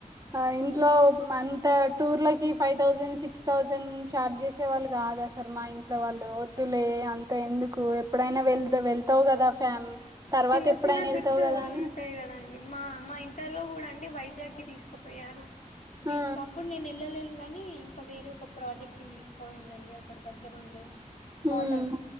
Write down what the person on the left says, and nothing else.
చిన్న
చిన్న ట్రిప్సు
ఉంటాయి కదండి మా మా ఇంటర్లో కూడా అన్ అండి వైజాగ్కి తీసుకుపోయారు బీచ్
కి అప్పుడు నేను వెళ్ళలేను గాని ఇంకా వేరే ఒక ప్రాజెక్ట్ తీసుకాపోయిండ్రు అండి అక్కడ దగ్గర ఉండే
వాటర్